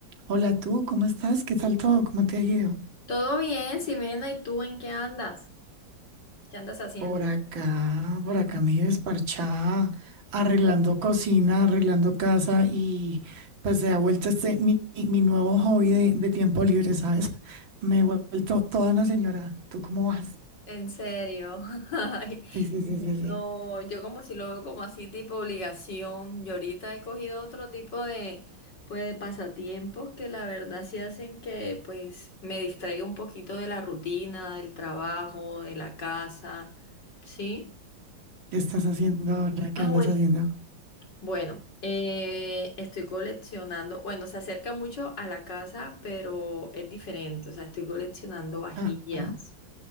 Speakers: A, on the right; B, on the left.
A: Hola tú, ¿cómo estás? ¿Qué tal todo? ¿Cómo te ha ido?
B: Todo bien, Ximena, ¿y tú en qué andas? ¿Qué andas haciendo?
A: Por acá, por acá medio desparchada, arreglando cocina, arreglando casa y pues se ha vuelto este mi, mi- mi nuevo hobby de, de tiempo libre, ¿sabes? Me he vuelto toda una señora. ¿Tú cómo vas?
B: En serio. <laughs> Ay,
A: Sí, sí,
B: no,
A: sí, sí, sí.
B: yo como si lo veo como así tipo obligación. Yo ahorita he cogido otro tipo de, pues, de pasatiempos que la verdad sí hacen que pues me distraiga un poquito de la rutina, del trabajo, de la casa. ¿Sí?
A: ¿Qué estás haciendo ahora? ¿Qué
B: Ah,
A: andas
B: bueno,
A: haciendo?
B: Bueno, eh, estoy coleccionando, bueno, se acerca mucho a la casa, pero es diferente, o sea, estoy coleccionando vajillas
A: Ajá.